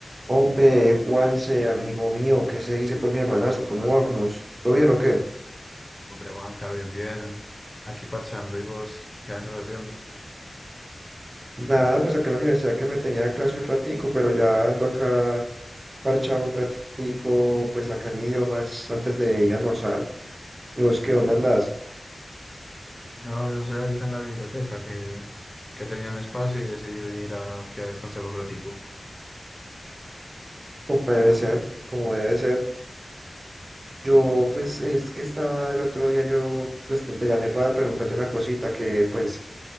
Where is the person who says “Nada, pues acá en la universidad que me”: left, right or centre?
Right